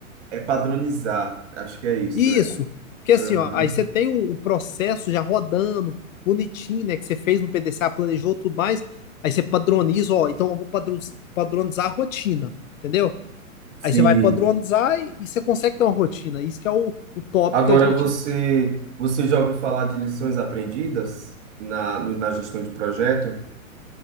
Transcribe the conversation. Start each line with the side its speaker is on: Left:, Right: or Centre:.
Right: é padronizar, acho que é isso,
Left: Isso,
Right: é.
Left: porque assim,
Right: Aham.
Left: ó, aí você tem o, o processo já rodando, bonitinho, né? Que você fez no P D C a planejou tudo mais. Aí você padroniza, ó, então eu vou padroniz- padronizar a rotina, entendeu?
Right: Sim.
Left: Aí você vai padronizar e, e você consegue ter uma rotina. Isso que é o, o top
Right: Agora
Left: que a gente.
Right: você, você já ouviu falar de lições aprendidas na, no- na gestão de projeto?